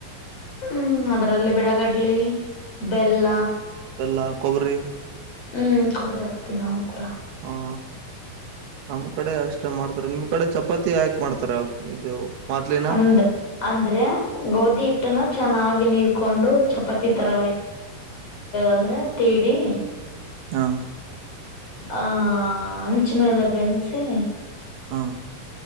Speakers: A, on the left; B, on the right.
A: ಹ್ಮ್ ಅದರಲ್ಲಿ ಬಿಳಗಡ್ಲಿ ಬೆಲ್ಲ.
B: ಬೇಲ್ಲ ಕೊಬ್ಬರಿ
A: ಹ್ಮ್ ಕೊಬ್ಬರಿ ಆಗ್ತೇವಿ ನಾವು ಕೂಡ
B: ಹಾ ನಮ್ಮ್ ಕಡೆ ಅಷ್ಟ ಮಾಡ್ತಾರೆ ನಿಮ್ ಕಡೆ ಚಪಾತಿ ಯಾಕ ಮಾಡ್ತಾರ ಇದು. ಮೊದ್ಲಿನ
A: ಅಂದ ಅಂದ್ರೆ ಗೋಧಿ ಹಿಟ್ಟನ ಚೆನ್ನಾಗಿ ನೀರ್ಕೊಂಡು. ಚಾಪತಿ ತರ
B: ಹ
A: ಅಂದ್ರೆ ತೀಡಿ
B: ಹಾ
A: ಆ ಅಂಚ ಮೇಲೆ ಬೆನ್ಸಿ.
B: ಹಾ